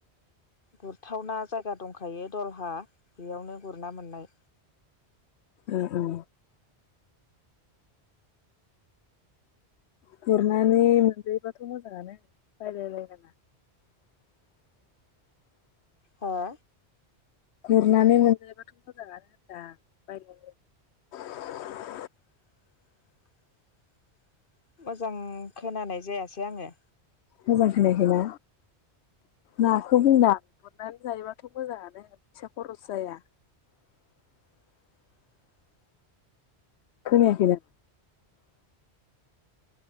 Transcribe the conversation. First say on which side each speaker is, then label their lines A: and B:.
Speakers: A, on the left; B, on the left.
A: गुरथावना जायगा दंखायो दलहा बेयावनो गुरना मोननाय।
B: ओ औ गुरनानै मोनजायोबाथ' मोजाङानो बायलायलायनाङा।
A: हा?
B: गुरनानै मोनजायोबाथ' मोजाङानो होनदां बायलायलायनाङा।
A: <inaudible> मोजां खोनानाय जायासै आङो।
B: मोजां खोनायाखैना नाखौ बुंदां। गुरनानै जायोबाथ' मोजाङानो फैसा खरस जाया।
A: <inaudible>
B: खोनायाखैना?